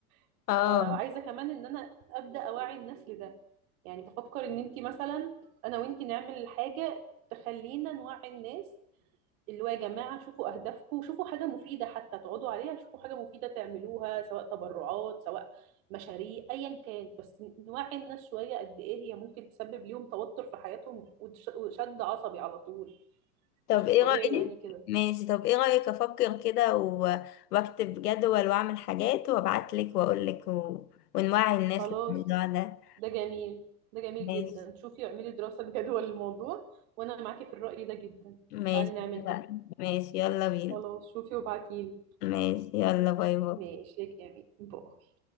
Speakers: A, on the right; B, on the left.
A: <laughs>
B: اه
A: فعايزه كمان ان انا ابدا اوعي الناس لده يعني بفكر ان انتي مثلا انا وانتي نعمل حاجه تخلينا نوعي الناس اللي هو يا جماعه شوفوا اهدافكم شوفوا حاجه مفيده حتى تقعدوا عليها شوفوا حاجه مفيده تعملوها سواء تبرعات سواء مشاريع ايا كان بس نوعي الناس شويه قد ايه هي ممكن تسبب ليهم توتر في حياتهم وتش- وشد عصبي على طول
B: طب
A: مش
B: ايه
A: طبيعي
B: رأيك
A: يعني كده
B: ماشي طب ايه رأيك افكر كده و- واكتب جدول واعمل حاجات وابعت لك واقول لك و... ونوعي الناس
A: خلاص
B: للموضوع ده
A: ده جميل ده جميل
B: ماشي
A: جدا شوفي اعملي دراسة جدوى <laughs> للموضوع وانا معاكي في الرأي ده جدا
B: ماشي
A: تعالي نعمل
B: اتفقنا.
A: كده
B: ماشي يلا بينا
A: خلاص شوفي وابعتيلي
B: ماشي يلا باي باي
A: ماشي يا جميل باي